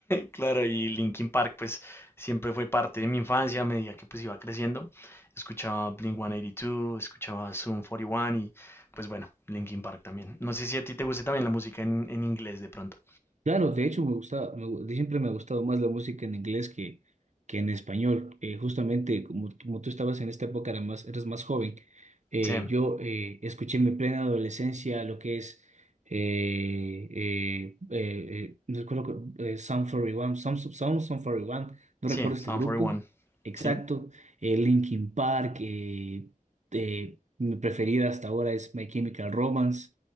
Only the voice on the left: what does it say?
Claro, y Linkin Park, pues siempre fue parte de mi infancia a medida que pues iba creciendo. Escuchaba Blink-182, escuchaba Zoom 41 y uno y pues bueno, Linkin Park también. No sé si a ti te guste también la música en, en inglés de pronto.
Sí,
sí,
Sound
41,
sí.